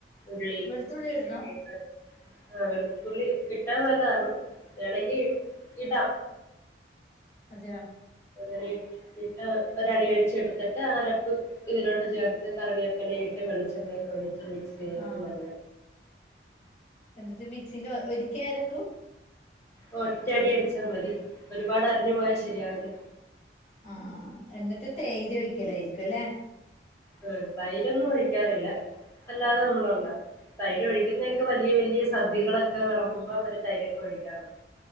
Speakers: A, on the left; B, on the left.
A: ഉള്ളി
B: വെളുത്തുള്ളി ഇടണം
A: എക്കെ ട്ട്. ആഹ് വെളുത്തുള്ളി ഇട്ടാ നല്ലതാണ് വേണങ്കി ഇടാ.
B: അതെയോ
A: അങ്ങനെ ഇട്ട് ഒരടി അടിച്ചടുത്തിട്ട് ആ അരപ്പ് ഇതിലോട്ട് ചേർത്ത് കറിവേപ്പില ഇട്ട് വെളിച്ചെണ്ണയൊക്കെ ഒഴിച്ച് മിക്സ്ചെയ്ത്
B: ആഹ്
A: നല്ല
B: എന്നിട്ട് മിക്സീല് ഒരിക്കെ അരക്കൂ?
A: ഓഹ് ഒറ്റടി അടിച്ചാമതി. ഒരുപാട് അരഞ്ഞുപോയാ ശരിയാവില്ല.
B: ആഹ് ആഹ് എന്നിട്ട് തൈര് ഒഴിക്കലായിരുക്കു അല്ലേ.
A: ആഹ് തൈരൊന്നും ഒഴിക്കാറില്ല അല്ലാതെ ന്നമ്മള്ണ്ടാക്കും തൈരൊഴിക്കുന്നതൊക്കെ വല്യ വല്യ സദ്യകളൊക്കെ വെളമ്പുമ്പോ അവര് തൈരൊക്കെ ഒഴിക്കാറ്ണ്ട്.